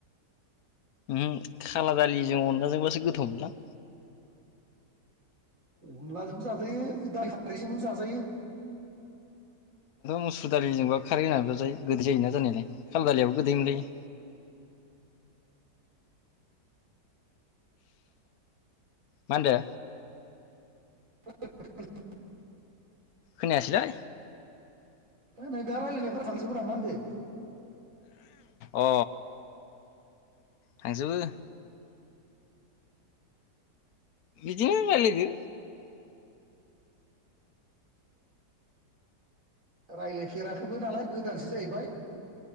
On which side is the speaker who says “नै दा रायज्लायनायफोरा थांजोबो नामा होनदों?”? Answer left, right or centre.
Right